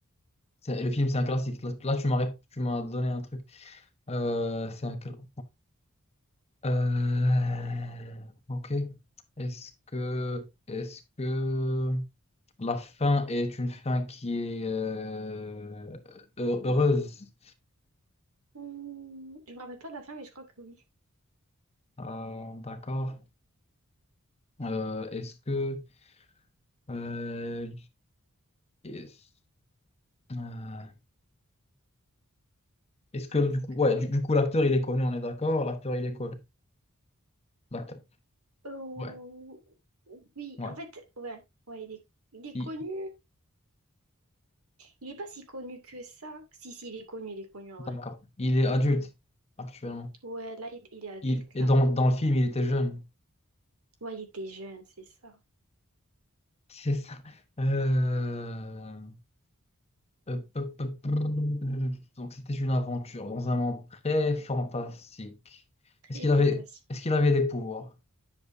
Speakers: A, on the left; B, on the right.
A: c'est- Le film c'est un classique. Là, là, tu m'as ré- tu m'as
B: Hmm.
A: donné un truc. Euh, c'est un classique. Euh, ok. Est-ce que, est-ce que la fin est une fin qui est euh, heu- heureuse?
B: Hmm, Je me rappelle pas de la fin, mais je crois que oui.
A: Ah, d'accord. Euh, est-ce que, euh, est-ce euh, est-ce que
B: Est-ce
A: du coup,
B: que...
A: ouais, du, du coup, l'acteur il est connu, on est d'accord? L'acteur il est connu. L'acteur.
B: Oh,
A: Ouais,
B: Oui,
A: ouais.
B: en fait, ouais. Ouais, il est, il est
A: Il-
B: connu. Il est pas si connu que ça. Si, si, il est connu, il est connu en
A: d'accord.
B: vrai.
A: Il est adulte actuellement.
B: Ouais, là, il, il est adulte,
A: Il, et
B: là.
A: dans, dans le film, il était jeune.
B: Ouais, il était jeune, c'est ça.
A: C'est ça. Euh, Hop, hop, hop, hop. Donc c'était une aventure dans un monde très fantastique.
B: Très
A: Est-ce qu'il
B: fantastique.
A: avait, est-ce qu'il avait des pouvoirs?